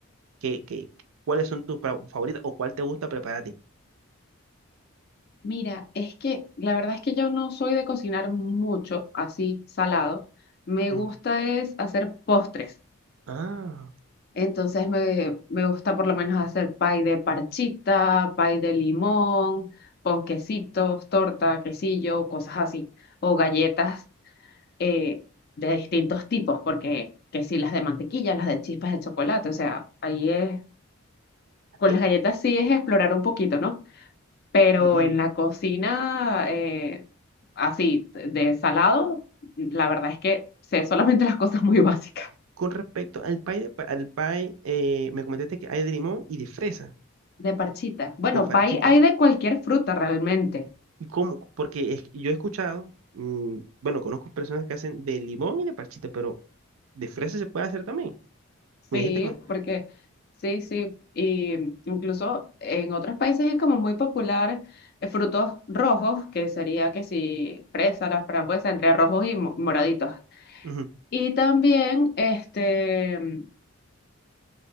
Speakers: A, on the right (about 75°); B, on the left (about 45°).
A: ¿Qué, qué, cuáles son tus pa- favoritas o cuál te gusta preparar a ti?
B: Mira, es que la verdad es que yo no soy de cocinar mucho así salado. Me
A: Mm,
B: gusta es hacer postres.
A: Ah,
B: Entonces me, me gusta por lo menos hacer pay de parchita, pay de limón, con quesitos, torta, quesillo, cosas así. O galletas eh, de distintos tipos, porque que si las de mantequilla, las de chispas de chocolate, o sea, ahí es, con
A: eh,
B: las galletas
A: co-
B: sí es explorar un poquito, ¿no? Pero
A: mm, mm,
B: en la cocina, eh, así, de salado, la verdad es que sé solamente las cosas muy <laughs> básicas.
A: con respecto al pie, de, pa- al pie eh, me comentaste que hay de limón y de fresa,
B: De parchita. Bueno,
A: de farchita.
B: pay hay de cualquier fruta realmente.
A: ¿Y cómo? Porque es- yo he escuchado, mm, bueno, conozco personas que hacen de limón y de parchita, pero de fresa se puede hacer también. Me
B: Sí,
A: dijiste que...
B: porque sí, sí, y incluso en otros países es como muy popular eh, frutos rojos, que sería que si fresa, la frambuesa, entre rojos y mo- moraditos.
A: Ujú,
B: Y también este,